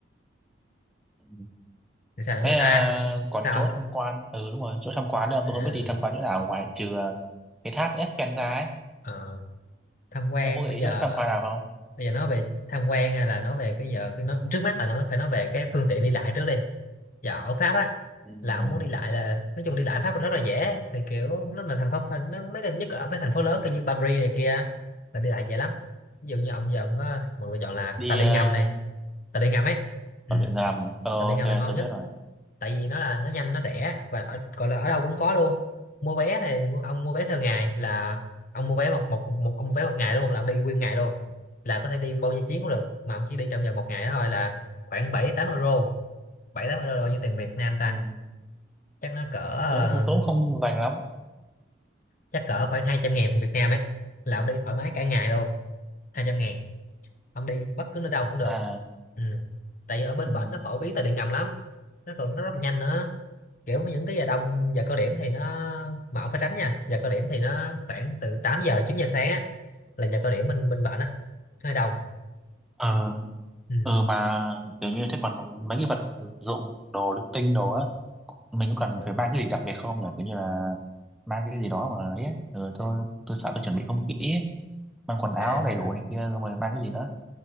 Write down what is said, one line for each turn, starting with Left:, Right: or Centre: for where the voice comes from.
Centre: Ừ.
Left: thì sao
Centre: Thế
Left: nữa
Centre: à,
Left: à
Centre: còn
Left: sao
Centre: chỗ
Left: không?
Centre: tham quan, ừ đúng rồi, chỗ tham quan nữa tôi
Left: à,
Centre: không biết đi tham quan chỗ nào ngoài trừ à, cái tháp Eiffel ra ấy.
Left: ờ, tham quan
Centre: Ông có gợi
Left: bây
Centre: ý
Left: giờ
Centre: chỗ tham quan nào không?
Left: bây giờ nói về tham quan hay là nói về cái giờ cái nó trước mắt là nó phải nói về cái phương tiện đi lại trước đi giờ ở Pháp á
Centre: Ừ.
Left: là ông
Centre: ừ.
Left: muốn đi lại là nói chung đi lại Pháp là rất là dễ thì kiểu nó là thành phố thành- nó mấy cái nhất là ở mấy thành phố lớn kiểu như Paris này kia là đi lại dễ lắm ví dụ như ông giờ ông có một lựa chọn là
Centre: Đi
Left: tàu điện
Centre: ờ,
Left: ngầm này tàu điện ngầm ấy
Centre: ở
Left: ừ.
Centre: Điện Nam. à? Ờ,
Left: tàu điện
Centre: ok,
Left: ngầm
Centre: tôi
Left: là ngon nhất
Centre: biết rồi.
Left: tại vì nó là nó nhanh nó rẻ và ở, gọi là ở đâu cũng có luôn mua vé thì mu- ông mua vé theo ngày là ông mua vé một một một ông mua vé một ngày đúng không là ông đi nguyên ngày luôn là có thể đi bao nhiêu chuyến cũng được mà ông chỉ đi trong vòng một ngày đó thôi là khoảng bảy tám euro bảy tám euro là bao nhiêu tiền Việt Nam ta
Centre: ừ.
Left: chắc nó cỡ ờ,
Centre: tớ cũng tớ cũng không dành lắm
Left: chắc cỡ khoảng hai trăm ngàn tiền Việt Nam ấy là ông đi thoải mái cả ngày luôn hai trăm ngàn ông đi bất cứ nơi đâu cũng được
Centre: à
Left: ừ. tại vì ở bên
Centre: ừ.
Left: bển nó phổ biến tàu điện ngầm lắm nó còn nó rất là nhanh nữa kiểu những cái giờ đông giờ cao điểm thì nó mà ông phải tránh nha giờ cao điểm thì nó khoảng từ 8 giờ 9 giờ sáng á là giờ cao điểm bên bên bệnh á nó hơi đông
Centre: ờ
Left: ừ.
Centre: ừ mà kiểu như thế còn mấy cái vật dụng đồ linh tinh đồ á mình có cần
Left: Ừ.
Centre: phải mang cái gì đặc biệt không nhỉ kiểu như là mang cái gì đó mà ấy ừ, tôi tôi sợ tôi chuẩn bị không kỹ ấy. mang quần áo
Left: à
Centre: đầy đủ này kia rồi mà mang cái gì nữa